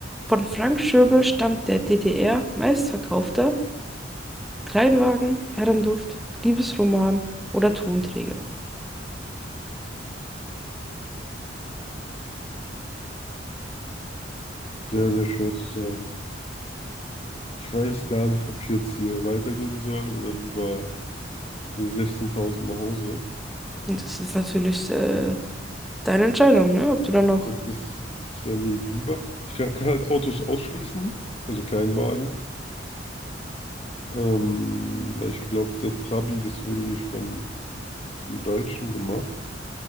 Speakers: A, in the centre; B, on the left.
A: Von Frank Schöbel stammt der DDR meistverkaufter Kleinwagen, Herrenduft, Liebesroman oder Tonträger.
B: Sehr, sehr schwer zu sagen. Ich weiß gar nicht, ob ich jetzt hier weitergehen soll oder lieber mit den 16.000 nach Hause.
A: Und das ist natürlich äh, deine Entscheidung, ne? Ob du dann noch.
B: Ich glaube, das, das wäre mir lieber. Ich kann, kann halt Autos ausschließen, also Kleinwagen. Ähm, weil ich glaube, der Trabi, das wurde nicht von einem Deutschen gemacht.